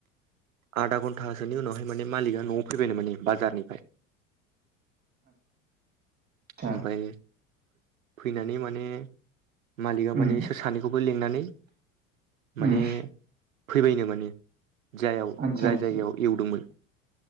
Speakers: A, on the right; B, on the right.
A: आधा घन्टासोनि उनावहाय माने मालिका न'आव फैबायनो माने बाजारनिफ्राय
B: आतसा
A: ओमफ्राय फैनानै माने मालिकआ
B: उम
A: माने इसोर सानैखौबो लिंनानै माने
B: उम
A: फैबायनो माने जायाव
B: आतसा
A: जाय
B: आतसा
A: जायगायाव एवदोंमोन।